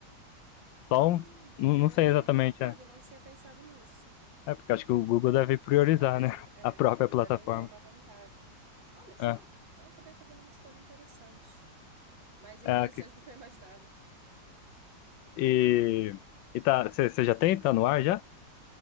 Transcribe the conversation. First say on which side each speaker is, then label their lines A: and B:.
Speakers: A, on the right; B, on the left.
A: Hum,
B: Só um,
A: bom,
B: não, não sei exatamente,
A: bem colocado,
B: é.
A: eu não tinha pensado nisso.
B: É, porque acho que o Google deve priorizar,
A: Talvez
B: né? <laughs>
A: ele, é,
B: A própria
A: eles
B: plataforma.
A: devem dar uma vantagem. Olha só,
B: É,
A: então eu acabei fazendo uma escolha interessante. Mais interessante
B: é
A: do que eu imaginava.
B: E, e tá, você já tem? Tá no ar já?